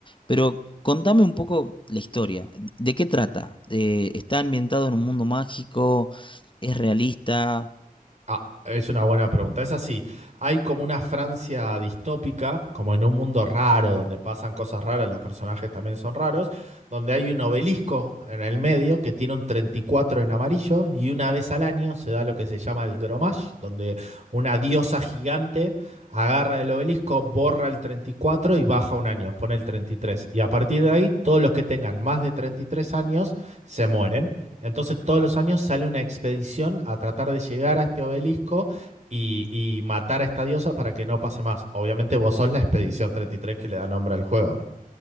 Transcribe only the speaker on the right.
Ah, es una buena pregunta. Es así. Hay como una Francia distópica, como en un mundo raro, donde pasan cosas raras, los personajes también son raros, donde hay un obelisco en el medio que tiene un 34 en amarillo y una vez al año se da lo que se llama el Gromash, donde una diosa gigante agarra el obelisco, borra el treinta y cuatro y baja un año, pone el treinta Y tres y a partir de ahí, todos los que tengan más de 33 años se mueren. Entonces todos los años sale una expedición a tratar de llegar a este obelisco y, y matar a esta diosa para que no pase más. Obviamente vos sos la expedición 33 que le da nombre al juego.